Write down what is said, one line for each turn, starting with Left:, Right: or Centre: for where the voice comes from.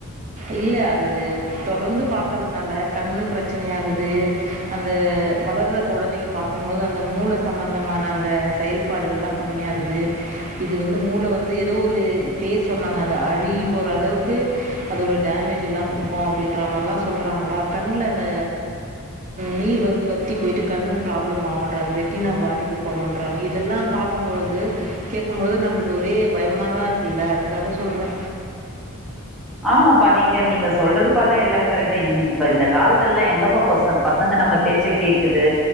Right: இல்ல அது தொடர்ந்து பாக்குறதுனால கண்ணு பிரச்சன ஆகுது அந்த வளர்ற குழந்தைங்க பாக்கும்போது அந்த மூளை சம்பந்தமான அந்த செயல்பாடுகள்லா கம்மியாகுது இது வந்து மூளை வந்து ஏதோ ஒரு பேர் சொன்னாங்க அது அழுகி போற அளவுக்கு அதோடய டேமேஜ எல்லாம் கொடுக்கும் அப்படின்ற மாதிரிலாம் சொல்கிறாங்களா கண்ணல அந்த நீர் வந்து வத்தி போயி்ட்டு கண்ல ப்ராப்ளம் ஆகன்றாங்க ரெட்டினா பாதிக்கப்படும்ன்றாங்க இதெல்லாம் பார்க்கும்பொழுது கேட்கும்பொழுது நம்மளுக்கு ஒரே பயமாக தான் இருக்குல அதுக்காக சொல்ற
Centre: ஆமாப்பா நீங்க- நீங்க சொல்றது பார்த்தா எல்லாமே கரெக்ட் தான் இப்ப இந்த காலத்துல எல்லாம் எங்கப்பா பச பசங்க நம்ம பேச்சை கேக்குது